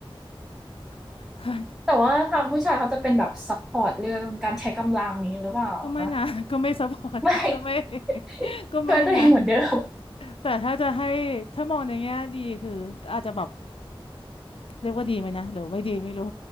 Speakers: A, on the left (about 70°); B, in the centre.
A: <laughs> เคย
B: แต่ว่าทางผู้ชายเขาจะเป็นแบบซัปพอร์ตเรื่องการใช้กำลังนี้หรือเปล่าคะ
A: ก็ไม่นะ <laughs> ก็ไม่ซัพพอร์ต <laughs>
B: ไม่ <laughs>
A: ก็ไม่ <laughs> ก็ไม่นะ
B: ช่วยตัวเองเหมือนเดิม
A: แต่ถ้าจะให้ถ้ามองในแง่ดีคืออาจจะแบบเรียกว่าดีไหมนะหรือไม่ดีไม่รู้